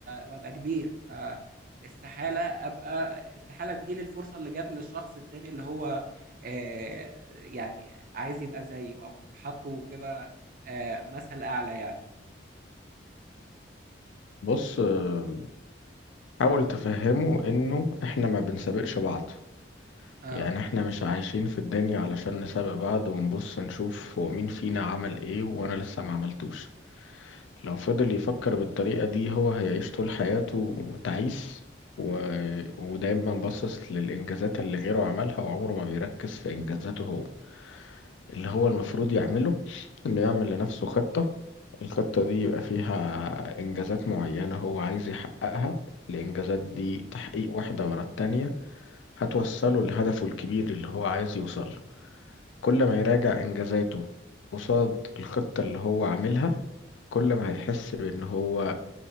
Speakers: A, on the right (about 45°); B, on the left (about 75°).
A: وابقى كبير آه، استحالة ابقى استحالة تجيلي الفرصة اللي جات للشخص التاني اللي هو آه، يعني عايز يبقى زيه او حاطه كده آه، مثل اعلى يعني
B: بص آه، حاول تفهمه انه احنا ما بنسابقش بعض
A: اه
B: يعني احنا مش عايشين في الدنيا علشان نسابق بعض ونبص نشوف هو مين فينا عمل ايه وانا لسه ما عملتوش لو فضل يفكر بالطريقة دي هو هيعيش طول حياته تعيس و... ودايما باصص للإنجازات اللي غيره عملها وعمره ما بيركز في إنجازاته هو اللي هو المفروض يعمله إنه يعمل لنفسه خطة الخطة دي يبقى فيها إنجازات معينة هو عايز يحققها الإنجازات دي تحقيق واحدة ورا التانية هتوصله لهدفه الكبير اللي هو عايز يوصله كل ما يراجع إنجازاته قصاد الخطة اللي هو عاملها كل ما هيحس بإن هو